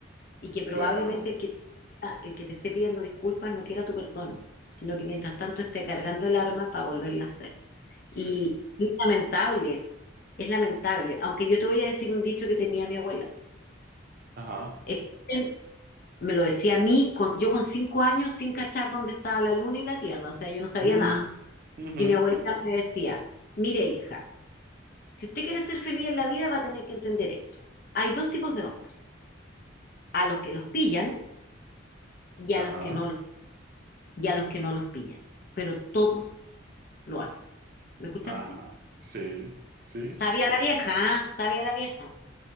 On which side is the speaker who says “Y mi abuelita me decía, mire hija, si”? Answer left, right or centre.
Left